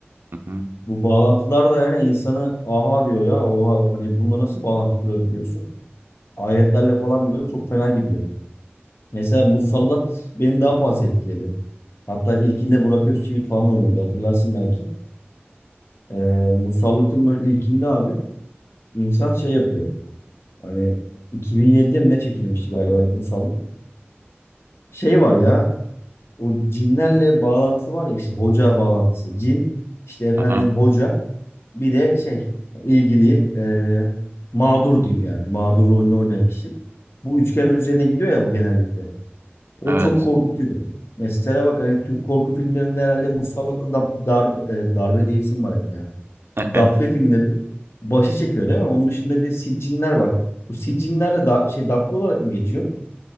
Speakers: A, on the right (about 60°); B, on the left (about 70°).
A: Hı hı.
B: Bu bağlantılar da yani insanı aha diyor ya oha hani bununla nasıl bağlantı kurabiliyorsun? Ayetlerle falan böyle çok fena gidiyor. Mesela Musallat beni daha fazla etkiledi. Hatta ilkinde Burak Özçivit falan oynuyordu hatırlarsın belki. Ee, Musallat'ın böyle ilkinde abi insan şey yapıyor. Hani 2007'de mi ne çekilmişti galiba ilk Musallat? Şey var ya O cinlerle bağlantı var ya işte hoca bağlantısı. Cin işte efendim
A: Aha,
B: hoca bir de şey ilgili e, mağdur diyeyim yani mağdur rolünü oynayan kişi. Bu üçgen üzerine gidiyor ya bu genellikle. O
A: evet.
B: çok korkutuyor. Mesela bak hani Türk korku filmlerinde herhalde Mustafa Dab, darbe, e, darbe diyesim var hep ya.
A: <laughs>
B: Dabbe filmleri başı çekiyor değil mi? Onun dışında bir de siccinler var. Bu siccinler de da, şey Dabbe olarak mı geçiyor?